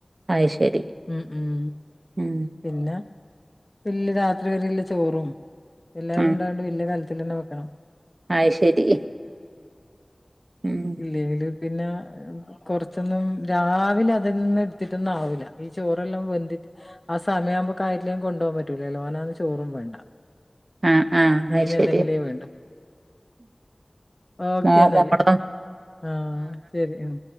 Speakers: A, on the right (about 75°); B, on the left (about 30°).
A: അത് ശരി
B: ഉം ഉം
A: ഉം
B: പിന്നെ <unintelligible> രാത്രി വരെയുള്ള ചോറും എല്ലാരും
A: ആ
B: ഉണ്ടായോണ്ട് വലിയ കലത്തി തന്നെ വെക്കണം
A: അയ്ശരി ഉം
B: ഇല്ലേല് പിന്നെ കൊറച്ചൊന്നും രാവിലെ അതൊന്നും എടുത്തിട്ടൊന്നും ആവൂല്ല ഈ ചോറെല്ലാം വെന്തി ആ സമയം ആവുമ്പോക്കായിറ്റിലേൽ കൊണ്ടു പോകാൻ പറ്റൂലല്ലോ ഓനാണേ ചോറും വേണ്ട
A: ആഹ് ആഹ്
B: ഇങ്ങനെ
A: അയ്ശരി
B: എന്തെങ്കിലു വേണ്ടു ഓക്കെ
A: മോ
B: എന്നാല്
A: മോളോ
B: ആഹ് ശരി ഉം